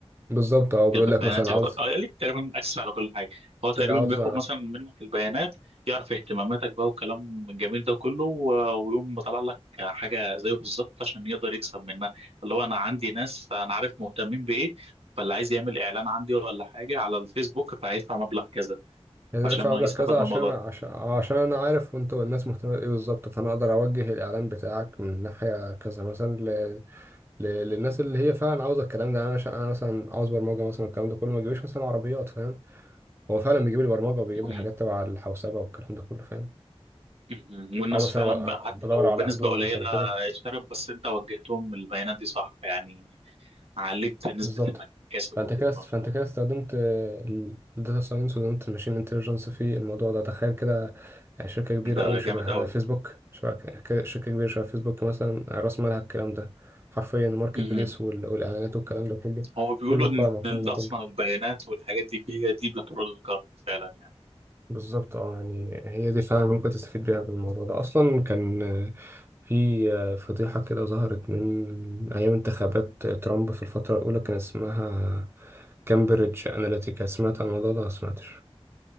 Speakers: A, on the right; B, on the right.
A: بالظبط اه بيقول
B: البيانات
A: لك مثلا
B: يعتبر
A: عاوز
B: اه ليك تقريبا اكسس على كل حاجه هو تقريبا
A: اللي عاوز
B: بياخد مثلا منك البيانات يعرف اهتماماتك بقى والكلام الجميل ده كله و- ويقوم مطلع لك حاجه زيه بالظبط عشان يقدر يكسب منها اللي هو انا عندي ناس انا عارف مهتمين بايه فاللي عايز يعمل اعلان عندي ولا حاجه على الفيسبوك فهيدفع مبلغ كذا
A: يعني
B: عشان
A: ادفع
B: هو
A: مبلغ
B: يستفاد
A: كذا
B: من
A: عشان
B: الموضوع ده
A: عشان عشان انا عارف انتوا الناس مهتمه بايه بالظبط فانا اقدر اوجه الاعلان بتاعك من ناحيه كذا مثلا ل... ل... للناس اللي هي فعلا عاوزه الكلام ده يعني انا ش... انا مثلا عاوز برمجه مثلا الكلام ده كله ما يجيبليش مثلا عربيات فاهم هو فعلا بيجيب لي برمجه وبيجيب
B: م-
A: لي حاجات تبع الحوسبه والكلام ده كله فاهم
B: م- والناس
A: او مثلا
B: فعلا بقى حتى
A: بدور
B: لو
A: على
B: بنسبه
A: هدوم
B: قليله
A: مثلا وكده
B: اشترت بس انت وجهتهم البيانات دي صح يعني علبت نسبه
A: بالظبط
B: المكاسب
A: فانت
B: وكده
A: كده
B: برضه
A: فانت كده استخدمت الداتا ساينس وستخدمت الماشين انتليجنس في الموضوع ده تخيل كده يعني شركه كبيره
B: ده
A: قوي شبه
B: جامد قوي
A: فيسبوك شبكه ك- شركه كبيره شبه فيسبوك مثلا راس مالها الكلام ده حرفيا الماركت
B: مهم.
A: بليس وال- والاعلانات والكلام ده كله
B: هو بيقولوا
A: كله
B: ان
A: قائم على الكلام
B: ال-
A: ده كله
B: اصلا البيانات والحاجات دي هي دي بترول القرن فعلا يعني
A: بالظبط اه يعني هي دي فعلا ممكن تستفيد بيها من الموضوع ده اصلا كان آه، في آه، فضيحه كده ظهرت من ايام انتخابات ترامب في الفتره الاولى كان اسمها كامبريدج أناليتيكا سمعت عن الموضوع ده ولا سمعتش